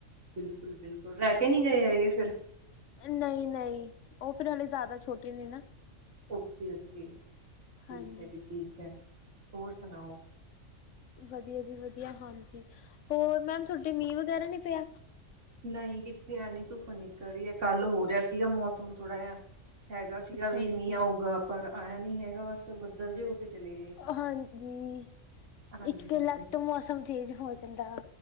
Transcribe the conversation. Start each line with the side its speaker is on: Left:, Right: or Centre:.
Right: ਬਿਲਕੁਲ ਬਿਲਕੁਲ ਰਹਿ ਕੇ ਨਹੀਂ ਗਏ ਹੈਗੇ ਫੇਰ?
Left: ਨਹੀਂ-ਨਹੀਂ, ਉਹ ਫਿਰ ਹਲੇੇ ਜ਼ਿਆਦਾ ਛੋਟੇ ਨੇ ਨਾ
Right: ਓਕੇ-ਓਕੇ ਠੀਕ
Left: ਹਾਂਜੀ।
Right: ਹੈ ਜੀ ਠੀਕ ਹੈ ਹੋਰ ਸੁਣਾਓ।
Left: ਵਧੀਆ ਜੀ ਵਧੀਆ, ਹਾਂਜੀ ਹੋਰ ਮੈਮ ਤੁਹਾਡੇ ਮੀਂਹ ਵਗੈਰਾ ਨਹੀਂ ਪਿਆ?
Right: ਨਹੀਂ ਕਿੱਥੇ, ਐਨੀ ਧੁੱਪ ਨਿਕਲ ਰਹੀ ਹੈ। ਕੱਲ ਹੋ ਰਿਹਾ ਸੀਗਾ, ਮੌਸਮ ਥੋੜ੍ਹਾ ਜਿਹਾ। ਹੈਗਾ ਸੀਗਾ ਵੀ
Left: ਹਾਂਜੀ।
Right: ਮੀਂ ਆਊਗਾ ਪਰ ਆਇਆ ਨੀ ਹੈਗਾ ਬਸ। ਬੱਦਲ ਜੇ ਹੋ ਕੇ ਚਲੇ ਗਏ
Left: ਹਾਂਜੀ,
Right: ਹਾਂਜੀ
Left: ਇੱਕ
Right: ਹਾਂਜੀ
Left: ਲੱਖ ਤੋਂ <unintelligible> ਹੋ ਜਾਂਦਾ